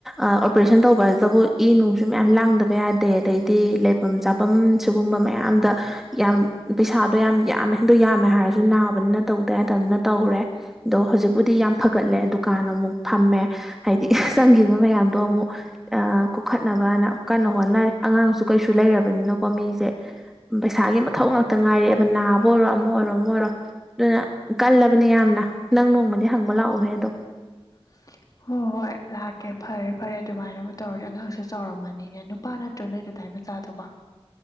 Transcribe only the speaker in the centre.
ꯑꯣꯄꯔꯦꯁꯟ ꯇꯧꯕ ꯍꯥꯏꯁꯤꯗꯕꯨ ꯏ ꯅꯨꯡ ꯁꯨ ꯃꯌꯥꯝ ꯂꯥꯡꯗꯕ ꯌꯥꯗꯦ ꯑꯗꯩꯗꯤ ꯂꯩꯐꯝ ꯆꯥꯐꯝ ꯁꯤꯒꯨꯝꯕ ꯃꯌꯥꯝꯗ ꯌꯥꯝ ꯄꯩꯁꯥꯗꯣ ꯌꯥꯝ ꯌꯥꯝꯃꯦ ꯑꯗꯣ ꯌꯥꯝꯃꯦ ꯍꯥꯏꯔꯁꯨ ꯅꯥꯕꯅꯤꯅ ꯇꯧꯗꯦ ꯍꯥꯏꯗꯕꯅ ꯇꯧꯔꯦ ꯑꯗꯣ ꯍꯧꯖꯤꯛꯄꯨꯗꯤ ꯌꯥꯝ ꯐꯒꯠꯂꯦ ꯗꯨ ꯀꯥꯟꯅ ꯑꯃꯨꯛ ꯐꯝꯃꯦ ꯍꯥꯏꯗꯤ ꯆꯪꯈꯤꯕ ꯃꯌꯥꯝꯗꯣ ꯑꯃꯨꯛ ꯑ ꯀꯨꯈꯠ ꯅꯕꯅ ꯀꯟꯅ ꯍꯣꯠꯅꯔꯤ ꯑꯉꯥꯡꯁꯨ ꯀꯩꯁꯨ ꯂꯩꯔꯕꯅꯤꯅꯀꯣ ꯃꯤꯁꯦ ꯄꯩꯁꯥꯒꯤ ꯃꯊꯧ ꯉꯥꯛꯇ ꯉꯥꯏꯔꯛꯑꯦꯕ ꯅꯥꯕ ꯑꯣꯏꯔꯣ ꯑꯃ ꯑꯣꯏꯔꯣ ꯑꯃ ꯑꯣꯏꯔꯣ ꯑꯗꯨꯅ ꯀꯜꯂꯕꯅꯦ ꯌꯥꯝꯅ ꯅꯪ ꯅꯣꯡꯃꯗꯤ ꯍꯪꯕ ꯂꯥꯛꯑꯣꯍꯦ ꯑꯗꯣ